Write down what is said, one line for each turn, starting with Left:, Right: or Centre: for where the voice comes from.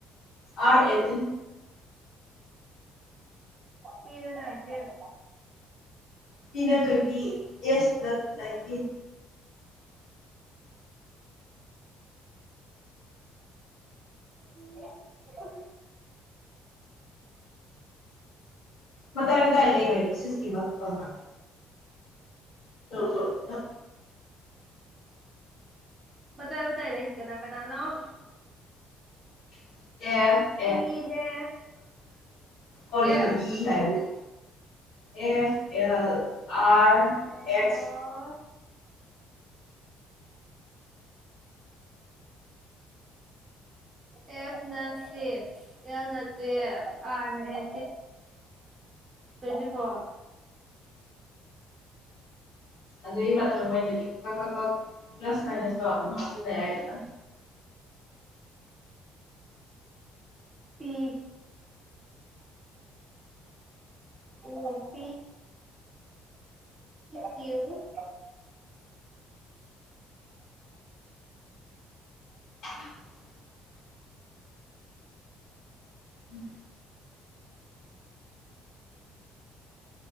Left: ꯑꯥꯔ ꯑꯦꯇ
Right: ꯁꯤꯅꯦꯅ ꯍꯥꯏꯥꯏꯇꯦ
Left: ꯇꯅ ꯇ꯭ꯋꯦꯟꯇꯤ ꯑꯦꯁ ꯀ꯭ꯂ ꯅꯥꯏꯟꯇꯤꯟ
Right: <unintelligible>
Left: ꯃꯊ ꯃꯊꯥꯏ ꯂꯩ ꯑꯣꯏꯣꯏ ꯁꯤ ꯁꯀꯤ ꯐꯗ ꯆ ꯆ
Right: ꯃꯇꯥꯏ ꯝꯇꯥꯏ ꯂꯩꯁꯤ ꯀꯅꯥ ꯀꯅꯥꯅꯥꯣ
Left: ꯑꯦ
Right: ꯏꯅꯦ
Left: ꯑ ꯀ ꯂꯣꯏ
Right: ꯑꯦꯐ
Left: ꯏ ꯍꯥꯏꯕꯨꯨ F L R
Right: L
Left: X
Right: F ꯅ ꯁꯤꯁ ꯑꯦ ꯑ ꯑ ꯇ꯭ꯋꯦꯟ ꯐ
Left: ꯑꯗꯨꯗꯕ꯭ꯔꯊꯃꯅꯤ ꯀ ꯀꯥ ꯀꯥ ꯄ꯭ꯂꯁ ꯃꯥꯏꯅꯁ ꯇ ꯑꯗꯨꯝ ꯍꯥꯞꯇꯗꯌꯥꯗ
Right: ꯄ꯭ꯨ ꯎ ꯄ ꯄꯤ ꯀ꯭ꯨ ꯀꯦ
Left: <unintelligible> ꯎꯝ